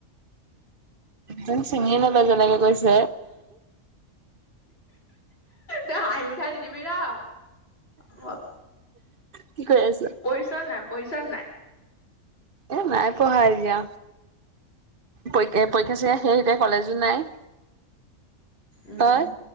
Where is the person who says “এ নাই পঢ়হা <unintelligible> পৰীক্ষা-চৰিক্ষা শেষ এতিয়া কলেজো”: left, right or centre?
Right